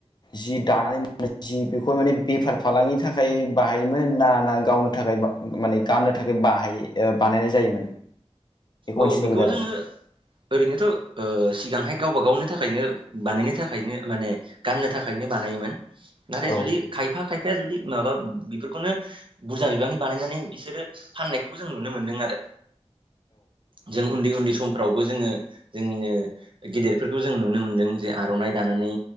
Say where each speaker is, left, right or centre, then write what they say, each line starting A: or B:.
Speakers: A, on the left; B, on the right.
A: जि दा हालालै नोंजो जि बेखौ माने बेफार फालांगिनि थाखाय बाहायोमोन ना ना गावनो थाखाय बा माने गाननो थाखा ब बानायनाय जायोमोन? मिथिनो
B: औ बेखौ
A: लुगैदों
B: जोङो ओरैनोथ' ओ सिगांहाय गावबा गावनि थाखाय नो बानायनो थाखायनो माने गाननो थाखायनो बानायोमोन नाथाय
A: आरो
B: जुदि खायफा खायफाा खायफाया जुदि माबा बेफोरखौनो बुरजा बिबांनि बानायनानै बिसोरो फाननायखौबो जों नुनो मोन्दों आरो
A: <unintelligible>
B: जों उन्दै उन्दै समफ्रावबो जोङो जोंनिनो गेदेरफोरखौ जों नुनो मोनदों जे आर'नाइ दानानै